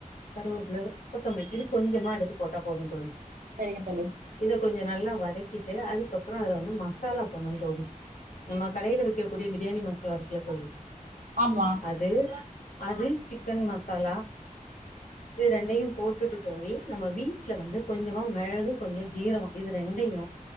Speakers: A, on the left (about 65°); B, on the right (about 70°).
A: கருவேப்புல கொத்தமல்லி இது கொஞ்சமா எடுத்து போட்டா போது தோழி
B: செரிங்க தோழி
A: இத கொஞ்ச நல்லா வதக்கிட்டு அதுக்கப்புறோ அதுல வந்து மசாலா போட்ணு தோழி நம்ம கடைல விக்கக் கூடிய பிரியாணி மசாலா இருக்குல்ல தோழி
B: ஆமா
A: அது அது சிக்கன் மசாலா இது ரெண்டையு போட்டுட்டு தோழி நம்ம வீட்ல வந்து கொஞ்சமா மெழகு கொஞ்சொ ஜீரகோ இது ரெண்டையு